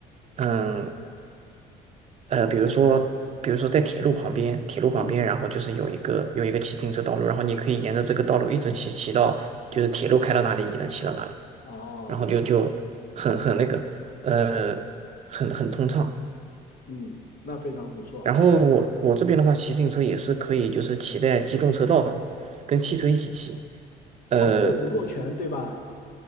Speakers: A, on the right (about 40°); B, on the left (about 60°).
A: 嗯呃，比如说比如说在铁路旁边，铁路旁边，
B: 嗯，
A: 然后就是有一个有一个骑自行车道路，然后你可以沿着这个道路一直骑骑到就是铁路开到哪里，你能骑到哪里，
B: 哦，
A: 然后就就很很那个呃很很通畅。
B: 嗯，那非常不错。
A: 然后我我这边的话，骑自行车也是可以，就是骑在机动车道上，跟汽车一起骑。呃，
B: 哦，动物路权对吧？